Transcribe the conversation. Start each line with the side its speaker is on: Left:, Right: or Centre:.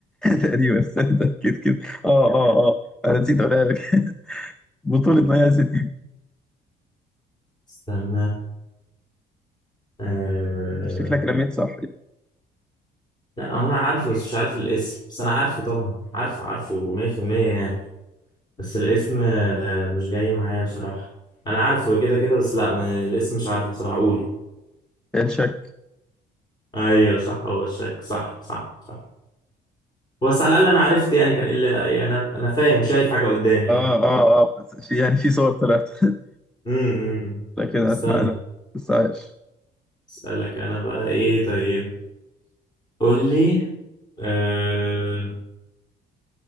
Centre: تقريبا استنى أكيد كده أه أه أه أنا نسيت أقولها لك <laughs> بطولة مي عزتي
Left: استنى آه
Centre: أنت شكلك رميت صح
Left: لا هو انا عارفه بس مش عارف الاسم بس انا عارفه طبعا عارفه عارفه 100% يعني بس الاسم آه مش جاي معايا بصراحة انا عارفه كده كده بس لا م- الاسم مش عارفه بصراحة قول
Centre: يعني الشك
Left: ايوه صح هو الشك صح صح صح بس على الاقل انا عرفت يعني كان الا يعني انا انا فاهم شايف حاجة قدامي
Centre: آه
Left: يعني.
Centre: آه آه في يعني في صور طلعت <laughs>
Left: امم
Centre: لكن أسمع
Left: استنى
Centre: لا بس عايش
Left: اسالك انا بقى ايه طيب قول لي آه...